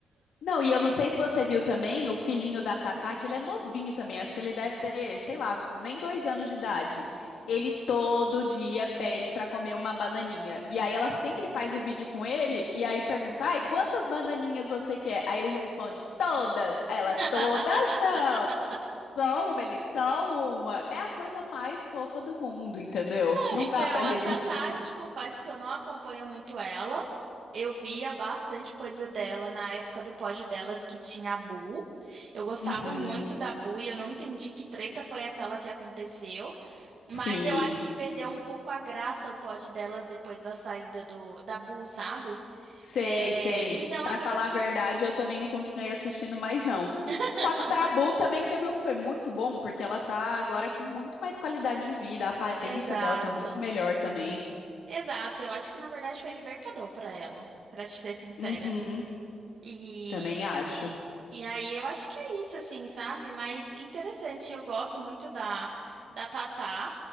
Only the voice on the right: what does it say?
<laughs>
Ai,
Não,
a
Tatá, eu te confesso que eu não acompanho muito ela. Eu via bastante coisa dela na época do pod delas que tinha a Bu. Eu gostava
muito da Bu e eu não entendi que treta foi aquela que aconteceu. Mas
eu acho que perdeu um pouco a graça o pod delas depois da saída do, da Bu, sabe?
É,
então
acaba
que.
<laughs>
Exato.
Exato. Eu acho que na verdade foi libertador pra ela, pra te ser sincera.
e
E aí eu acho que é isso, assim, sabe? Mas interessante, eu gosto muito da, da Tatá